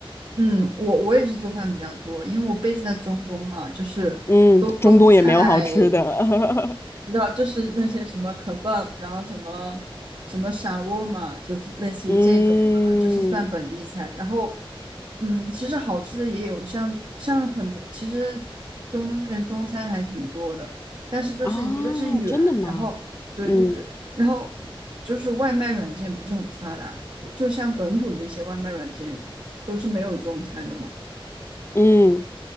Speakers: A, on the right (about 50°); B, on the left (about 25°).
A: 嗯，我我也是做饭比较多，因为我 b 子在中东嘛，就是中东菜
B: 嗯，中东也没有好吃的。<laughs>
A: 你知道，就是那些什么 kebab，然后什么什么沙窝嘛，就是类似于这种嘛，
B: 嗯，
A: 就是算本地菜。然后，嗯，其实好吃的也有，像像很多，其实中东这边中餐还挺多的，但是就是一个是远，
B: 啊，真的吗？
A: 然后对对对，
B: 嗯
A: 然后就是外卖软件不是很发达，就像本土的一些外卖软件都是没有中餐的嘛。
B: 嗯，